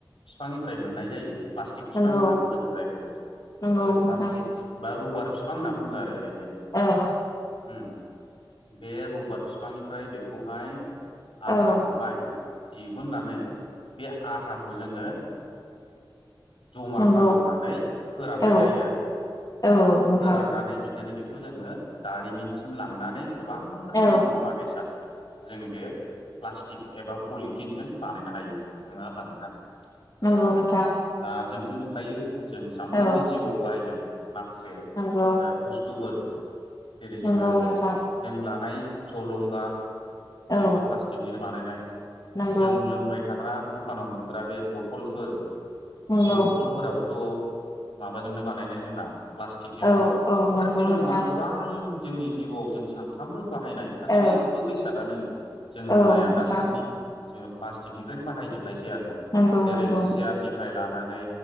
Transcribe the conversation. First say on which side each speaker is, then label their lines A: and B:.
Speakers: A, on the left (about 75°); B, on the left (about 45°).
A: बिफांनिफ्राय मोननाय जायो प्लास्टिक बिफां
B: नंगौ
A: होनना बुङो जों जायखौ
B: नंगौ
A: बे
B: नोंथां
A: प्लास्टिक बा रबार बिफां होनना बुङो आरो ओरै
B: औ
A: उम बे रबारट बिफांनिफ्राय बेखौहाय
B: औ
A: आथाखौहाय दिहुननानै बे आथाखौ जोंङो जमा
B: नंगौ
A: खालामनानै फोराननाय
B: औ
A: जायो आरो
B: औ नोंथां
A: फोराननानै बिदिनो बे खौ जोङो दारिमिनसिम लांनानै गोबां
B: औ
A: खोमनि मुवा बेसाद जोङो बे प्लास्टिक एबा पलिथिनजों बानायनो हायो। नङा आफा नोंथां
B: नंगौ
A: औ
B: नोंथां
A: दा जों थ नुखायो जों सानफ्रामबो
B: औ
A: जिउआव बाहायनाय माखासे ओ
B: नंगौ
A: बुस्थुफोर जेरै जोङो
B: नंगौ नोंथां
A: जों लानाय जलंगा
B: औ
A: बेबो प्लास्टिकनि। बानायनाय
B: नंगौ
A: जों लोंबाय थाग्रा दखानाव मोनग्रा बे बथलफोर
B: नंगौ
A: बे बथलफोराबोथ माबाजोंनो बानायनाय जोंना। प्लास्टिकजोंनो
B: औ औ नंगौ
A: आरो बेल
B: नोंथां
A: नङा गोबां जोंनि जिउआव जों सानफ्रामबो बाहायनाय गासैबो
B: औ
A: बेसादानो जों नुनाया
B: औ नोंथां
A: दासान्दि जोङो प्लास्टिकनिफ्रायनो बाहायजोबनायसै आ
B: नंगौ
A: जेरै
B: नंगौ
A: सियारनिफ्राय लानानै